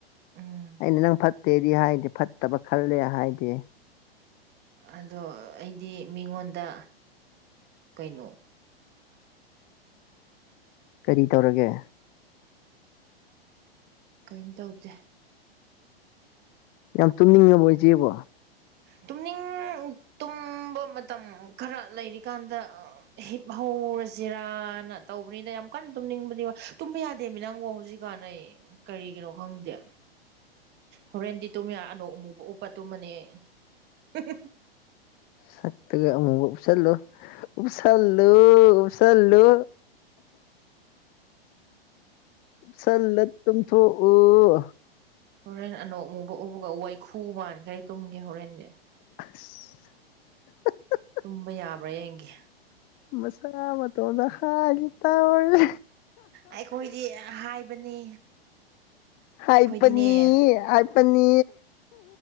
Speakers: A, on the right; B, on the left.
A: ꯎꯝ
B: ꯑꯩꯅ ꯅꯪ ꯐꯠꯇꯦꯗꯤ ꯍꯥꯏꯗꯤ ꯐꯠꯇꯕ ꯈꯜꯂꯦ ꯍꯥꯏꯗꯤ
A: ꯑꯗꯣ ꯑꯩꯗꯤ ꯃꯤꯉꯣꯟꯗ ꯀꯩꯅꯣ
B: ꯀꯔꯤ ꯇꯧꯔꯒꯦ
A: ꯀꯩꯝ ꯇꯧꯗꯦ
B: ꯌꯥꯝ ꯇꯨꯝꯅꯤꯡꯉꯦꯕ ꯏꯆꯦꯕꯣ
A: ꯇꯨꯝꯅꯤꯡ ꯇꯨꯝꯕ ꯃꯇꯝ ꯈꯔ ꯂꯩꯔꯤꯀꯥꯟꯗ ꯍꯤꯞ ꯍꯧꯧꯔ ꯖꯤꯔꯥꯅ ꯇꯧꯕꯅꯤꯗ ꯌꯥꯝ ꯀꯟꯅ ꯇꯨꯝꯅꯤꯡꯕꯗꯤ ꯇꯨꯝꯕ ꯌꯥꯗꯦꯃꯤ ꯅꯪꯕꯨ ꯍꯧꯖꯤꯛ ꯀꯥꯟꯅꯩ ꯀꯔꯤꯒꯤꯅꯣ ꯈꯪꯗꯦ ꯍꯣꯔꯦꯟꯗꯤ ꯇꯨꯝ ꯑꯅꯧ ꯑꯃꯨꯕ ꯎꯞꯄ ꯇꯨꯝꯃꯅꯦ <unintelligible>
B: ꯁꯛꯇꯒ ꯑꯃꯨꯛ ꯎꯞꯁꯜꯂꯨ ꯎꯞꯁꯜꯂꯨ ꯎꯞꯁꯜꯂꯨ ꯁꯜꯂ ꯇꯨꯝ ꯊꯣꯛ ꯑꯣ
A: ꯍꯣꯔꯦꯟ ꯑꯅꯧ ꯑꯃꯨꯕ ꯎꯕꯒ ꯋꯥꯏꯈꯨ ꯃꯥꯅ ꯀꯩ ꯇꯨꯝꯒꯦ ꯍꯣꯔꯦꯟꯗꯤ
B: <unintelligible>
A: ꯇꯨꯝꯕ ꯌꯥꯕ꯭ꯔꯥ ꯍꯡꯒꯤ
B: ꯃꯁꯥ ꯃ ꯇ ꯑꯣꯗ ꯍꯥꯏꯒꯤꯠꯇ ꯑꯣꯦ
A: ꯑꯩꯈꯣꯏꯗꯤ ꯍꯥꯏꯕꯅꯤ
B: ꯍꯥꯏ
A: ꯑꯩꯈꯣꯏꯗꯤꯅꯦ
B: ꯄꯅꯤ ꯍꯥꯏ ꯄꯅꯤ